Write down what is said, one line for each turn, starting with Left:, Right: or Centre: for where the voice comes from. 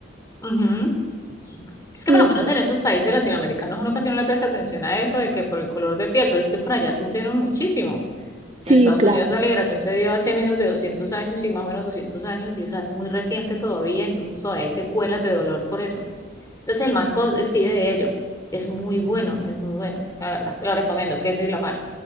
Left: Ujú. Es que
Right: Eso.
Left: por lo menos en esos países latinoamericanos uno casi no le presta atención a eso de que por el color de piel, pero es que por allá sufrieron muchísimo. En
Right: Sí,
Left: Estados
Right: claro.
Left: Unidos la liberación se dio hace menos de 200 años y más o menos 200 años, y o sea, es muy reciente todavía, entonces todavía hay secuelas de dolor por eso. Entonces el man co- escribe de ello. Es muy bueno, es muy bueno, la verdad. Te lo recomiendo, Kendrick Lamar.